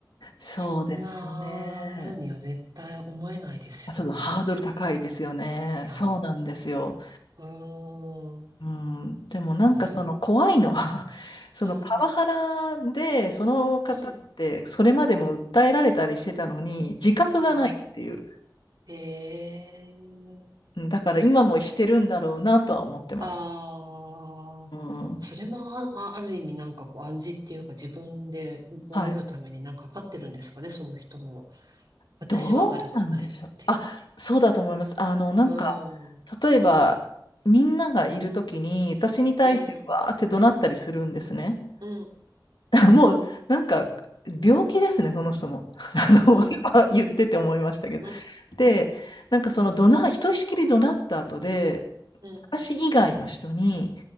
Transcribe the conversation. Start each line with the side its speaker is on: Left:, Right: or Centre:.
Left: そうですよね。
Right: そんな風には絶対思えないですよね。
Left: あ、ちょっとハードル高いですよね。
Right: いや、
Left: そうなんですよ。
Right: うーん、
Left: うん、でもなんかその怖いのは
Right: なる、
Left: <laughs> そのパワハラで、
Right: うん、
Left: その方ってそれまでも訴えられたりしてたのに、
Right: うん。
Left: 自覚がないっていう。
Right: あ、ええ
Left: うんだから今もしてるんだろうなとは思ってます。
Right: ああー、
Left: うん、
Right: それもあ、あある意味なんかこう暗示っていうか自分で守るためになんかかかってるんですかね、
Left: はい。
Right: その人も。私は悪くないっていう。
Left: どうなんでしょう。あ、そうだと思います。あの、なんか、
Right: うん、
Left: 例えば、みんながいるときに、私に対してわーって怒鳴ったりするんですね。
Right: うん、うん、
Left: <laughs> もう、なんか、病気ですね、その人も。<laughs> あの、
Right: うん、
Left: 今言ってて思いましたけど。
Right: うん、
Left: で、なんかその怒鳴、ひとしきり怒鳴った後で、
Right: うん、
Left: 私以外の人に、